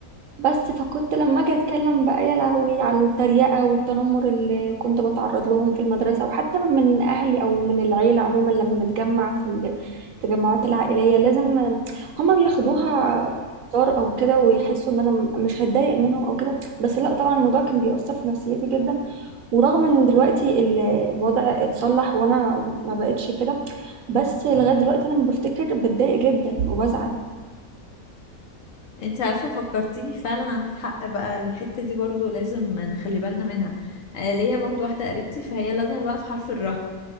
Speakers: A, on the right; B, on the left.
A: بس فكنت لما اجي اتكلم بقى يا لهوي على التريقه والتنمر اللي كنت بتعرض لهم في المدرسه وحتى من اهلي او من العيله عموما لما نتجمع في التجمعات العائليه لازم هما بياخدوها هزار او كده ويحسوا ان انا م- مش هتضايق منهم او كده بس لا طبعا الموضوع كان بيأثر في نفسيتي جدا ورغم ان دلوقتي ال- الوضع اتصلح وانا ما بقتش كده بس لغايه دلوقتي انا لما بفتكر بتضايق جدا وبزعل
B: انت عارفة فكرتيني فعلا عندك حق بقى الحتة دي برضو لازم نخلي بالنا منها آه، ليا برضو واحدة قريبتي فهي لازمة بقى في حرف الراء